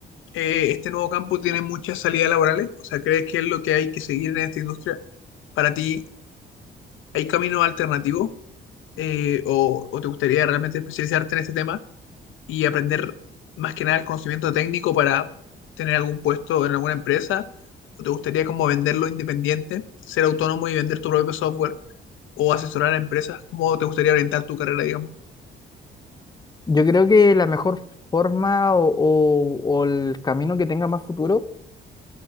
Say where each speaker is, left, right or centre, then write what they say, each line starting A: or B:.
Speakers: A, on the left; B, on the left.
A: eh, este nuevo campo tiene muchas salidas laborales? O sea, ¿crees que es lo que hay que seguir en esta industria? Para ti, ¿hay caminos alternativos? Eh, o, ¿O te gustaría realmente especializarte en este tema? y aprender más que nada el conocimiento técnico para tener algún puesto en alguna empresa? ¿O te gustaría como venderlo independiente, ser autónomo y vender tu propio software o asesorar a empresas? ¿Cómo te gustaría orientar tu carrera, digamos?
B: Yo creo que la mejor forma o, o- o el camino que tenga más futuro